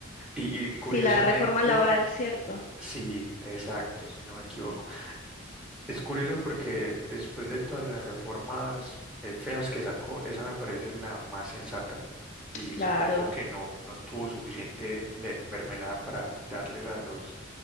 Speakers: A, in the centre; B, on the left (about 35°).
A: y, y curiosamente,
B: Sí, la reforma laboral, cierto.
A: sí, exacto, si no me equivoco. Es curioso porque después de todas las reformas eh, feas que sacó, esa me parece la más sensata y
B: Claro.
A: supongo que no, no tuvo suficiente le- mermelada para darles a los,